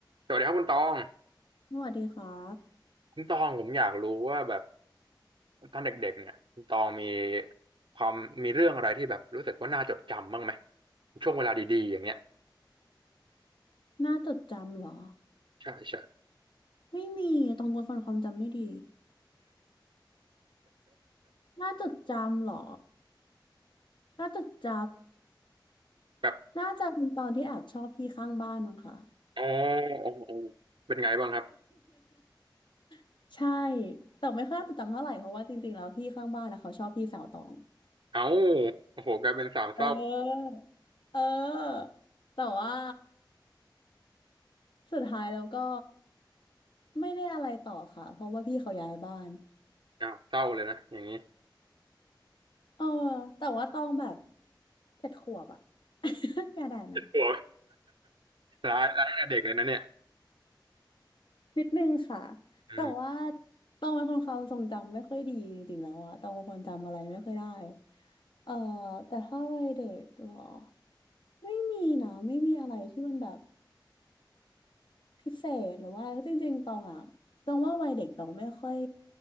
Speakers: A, on the right (about 90°); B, on the left (about 75°).
A: สวัสดีครับคุณตอง
B: สวัสดีครับ
A: คุณตองผมอยากรู้ว่าแบบตอนเด็กๆเนี่ยคุณตองมีความมีเรื่องอะไรที่แบบรู้สึกว่าน่าจดจำบ้างไหมช่วงเวลาดีๆอย่างเงี้ย
B: หน้าจดจำเหรอ
A: ใช่ใช่
B: ไม่มี ตรงคนความจำไม่ดีหน้าจดจำเหรอหน้าจดจ
A: แบบ
B: ำ น่าจะเป็นตอนที่แอบชอบพี่ข้างบ้านมั้งคะ
A: อ๋ออ๋ออ๋อเป็นไงบ้างครับ
B: <laughs> ใช่ แต่ไม่ค่อยน่าจดจำเท่าไหร่เพราะว่าจริงๆแล้วพี่ข้างบ้านนะเขาชอบพี่สาวตอง
A: เอ้าโอ้โหกลายเป็นสาวเศร้า
B: เออ เออ แต่ว่าสุดท้ายแล้วก็ไม่ได้อะไรต่อค่ะ เพราะว่าพี่เขาย้ายบ้าน
A: อ้าวเศร้าเลยนะอย่างนี้
B: เออแต่ว่าตองแบบเจ็ดขวบอะ <laughs> แกได้ไหม
A: ตัวร้ายร้ายตั้งแต่เด็กเลยนะเนี่ย
B: นิดนึงค่ะ
A: อืม
B: แต่ว่าตองเป็นคนความทรงจำไม่ค่อยดีจริงๆแล้วอะตองเป็นคนจำอะไรไม่ค่อยได้เอ่อแต่ถ้าวัยเด็กเหรอไม่มีนะไม่มีอะไรที่มันแบบพิเศษหรือว่าอะไรเพราะจริงๆตองอะตองว่าวัยเด็กตองไม่ค่อย